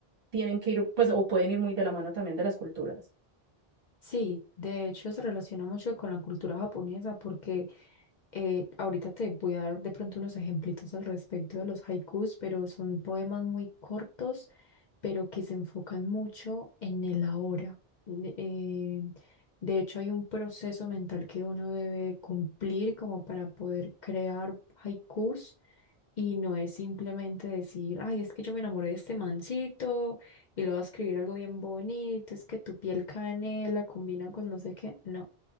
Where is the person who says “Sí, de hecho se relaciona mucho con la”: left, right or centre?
Left